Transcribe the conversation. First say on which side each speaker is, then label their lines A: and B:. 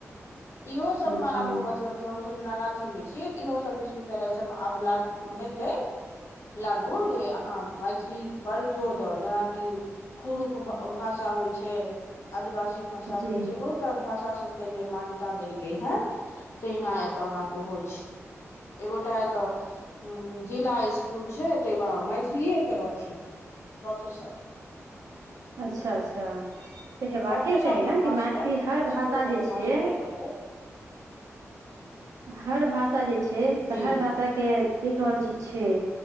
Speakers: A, on the left (about 60°); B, on the right (about 80°).
A: इहो सब
B: जी
A: मऽ आब म तलब हमसभ जेना रााँची मे छी तऽ इहोसभ विश्वविद्यालय सभ मे आब लागू हेतै लागु जे अहाँ मैथिली पर जोर दर जना कि खुरुख भाषा होइ छै आदिवासी भाषा
B: जी
A: होइ छै बहुत तऽ भाषा सबके जे मान्यता देलकै है तहिना एतऽ अहाँकेँ ओहो छै एगोटा एतऽ जिला स्कूल छै ताहिमे मैथिलीए केँ रहथिन ऑफिसर
B: अच्छऽ - अच्छऽ त हेबा
A: प्रोफेसर
B: केँ चाही
A: नहि
B: नऽ
A: मास्टर
B: कि मैथिली हर
A: इसकुलमे
B: भाषा जे
A: तऽ
B: छै
A: मास्टरे रहतै
B: हर भाषा जे छै से
A: जी
B: हर भाषा केँ देख रहल छी छे